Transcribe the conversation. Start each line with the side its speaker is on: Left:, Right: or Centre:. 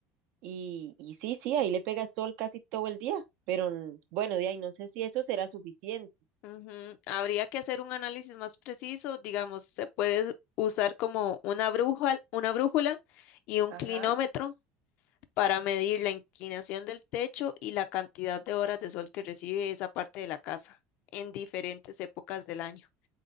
Right: Y, y sí, sí, ahí le pega sol casi todo el día, pero mm, bueno, de ahí no sé si eso será suficiente.
Left: Ujú, Habría que hacer un análisis más preciso, digamos, se puede usar como una brújula, una brújula y un
Right: Ajá.
Left: clinómetro para medir la inclinación del techo y la cantidad de horas de sol que recibe esa parte de la casa en diferentes épocas del año.